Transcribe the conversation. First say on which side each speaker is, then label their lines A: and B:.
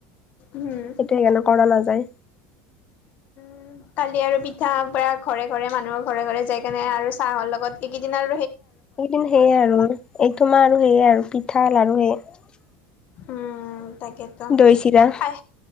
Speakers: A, on the left (about 40°); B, on the left (about 20°).
A: উম
B: সেইটো সেইকাৰণে কৰা নাযায়। <inaudible>
A: উ কালি আৰু পিঠা পা ঘৰে ঘৰে মানুহৰ ঘৰে ঘৰে যাই কেনে আৰু চাহৰ লগত এইকেইদিনাৰ
B: এইকেইদিন সেয়ে আৰু এই তোমাৰ আৰু সেয়ে আৰু পিঠা লাৰু আৰু হেয়
A: উম তাকেতো উম
B: দৈ চিৰা
A: খাই